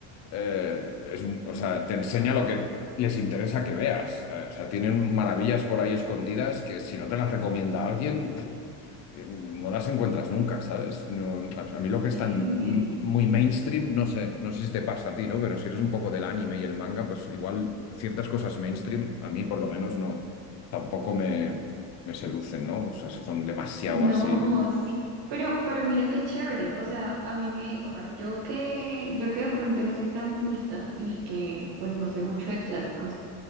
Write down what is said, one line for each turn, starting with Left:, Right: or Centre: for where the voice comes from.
Left: eh, es, o sea, te enseña lo que les interesa que veas. Eh, o sea, tienen maravillas por ahí escondidas que si no te las recomienda alguien, pff, eh, no las encuentras nunca, ¿sabes? No- a a mí lo que es
Right: Sí,
Left: tan m- muy mainstream, no sé, no sé si te pasa a ti, ¿no? Pero si eres un poco del anime y el manga, pues igual ciertas cosas mainstream, a mí por lo menos no, tampoco me, me seducen, ¿no? O sea, si son demasiado
Right: no,
Left: así.
Right: sí. Pero, pero mira qué chévere. O sea, a mí me, o sea, yo que, yo que de pronto no soy tan culta y que pues no sé mucho de clásicos.